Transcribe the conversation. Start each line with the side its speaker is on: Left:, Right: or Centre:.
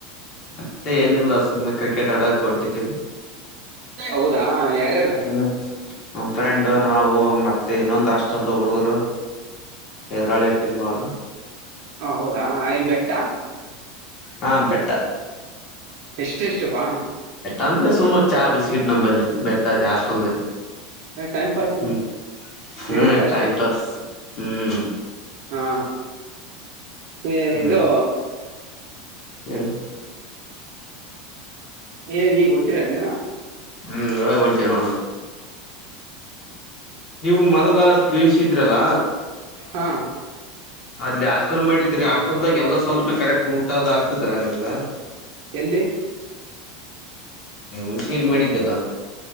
Left: ಮತ್ತೆ ಏನಿಲ್ಲ ಸುಮ್ನೆ ಕ್ರಿಕೆಟ್ ಆಡಕ ಹೊಂಟಿದ್ವಿ
Right: ಹೌದಾ ಯಾರ್ಯಾರ
Left: ಹ್ಮ್. ನಮ್ಮ್ ಫ್ರೆಂಡ್ ನಾವು ಮತ್ತೆ ಇನ್ನೊಂದು ಹಾಸ್ಟೆಲ್ ಹುಡುಗುರು. ಎದರಾಳಿ ಟಿಮ್ ಅವ್ರು.
Right: ಹ ಹೌದಾ ನ್ ಬೆಟ್ಟ
Left: ಹ ಬೆೆಟ್ಟ
Right: ಎಷ್ಟ ಎಷ್ಟಪ್ಪಾ
Left: ಅಂದ್ರೆ ಸುಮತ್ ಚಹ ಬಿಸ್ಕಿಟ್ ನಂಬಲ್ಲಿ ಬೆಟ್ಟದೆ ಆಸ್ಲ್
Right: ಟೈಮ್ ಪಾಸಿಗೆ
Left: ಹ್ಮ ಹ್ಮ್
Right: ನಡೀತ ಅಷ್ಟೇ
Left: ಟೈಮ ಪಸ್ ಹ್ಮ್
Right: ಹಾಂ ಇದು
Left: ಹ್ಮ್ ಏನು
Right: ಏ ಈಗ ಹೊಂಟ್ರ ಅನ್ನೇನಾ
Left: ಹ್ಮ್ ಇವಾಗ ಒಂಟಿ ನೋ ನೀವು ಮೊದಲ ಪೀಸಿದ್ರಲ್ಲ
Right: ಹಾ
Left: ಅಲ್ಲಿ ಹಾಸ್ಟೆಲ್ ಮಾಡಿದ್ರಿ ಹಾಸ್ಟೆಲ್ದಾಗ ಎಲ್ಲಾ ಸ್ವಲ್ಪ ಕರೆಕ್ಟ್ ಊಟದ ಆಗ್ತದ್ರಾ ನಿಮ್ಗ
Right: ಎಲ್ಲಿ
Left: ಉನ್ಷಿಯಲ್ಲಿ ಮಾಡಿದ್ದಲ್ಲ